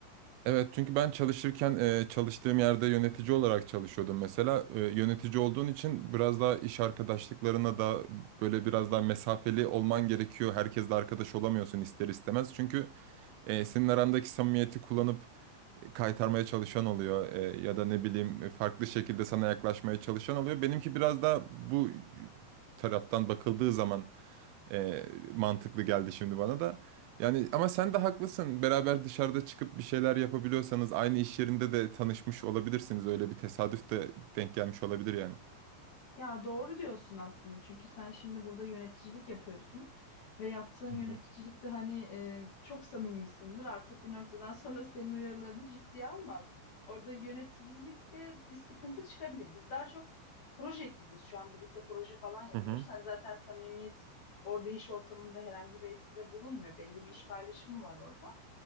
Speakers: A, on the right; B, on the left.
A: Evet çünkü ben çalışırken e, çalıştığım yerde yönetici olarak çalışıyordum mesela. E, yönetici olduğun için biraz daha iş arkadaşlıklarına da böyle biraz daha mesafeli olman gerekiyor. Herkesle arkadaş olamıyorsun ister istemez. Çünkü e, senin arandaki samimiyeti kullanıp kaytarmaya çalışan oluyor. E, ya da ne bileyim e, farklı şekilde sana yaklaşmaya çalışan oluyor. Benimki biraz daha bu taraftan bakıldığı zaman e, mantıklı geldi şimdi bana da. Yani ama sen de haklısın. Beraber dışarıda çıkıp bir şeyler yapabiliyorsanız aynı iş yerinde de tanışmış olabilirsiniz. Öyle bir tesadüf de denk gelmiş olabilir yani.
B: Ya doğru diyorsun aslında çünkü sen şimdi burada yöneticilik yapıyorsun ve yaptığın yöneticilikte
A: Hı hı.
B: hani e, çok samimisindir artık bir noktadan sonra senin uyarılarını ciddiye almaz. Orada yöneticilikte bir sıkıntı çıkabilir. Biz daha çok proje ekibiyiz şu an birlikte proje falan yapıyoruz.
A: Hı hı.
B: Hani zaten samimiyet orada iş ortamında herhangi bir etkide bulunmuyor belli bir iş paylaşımı var orada.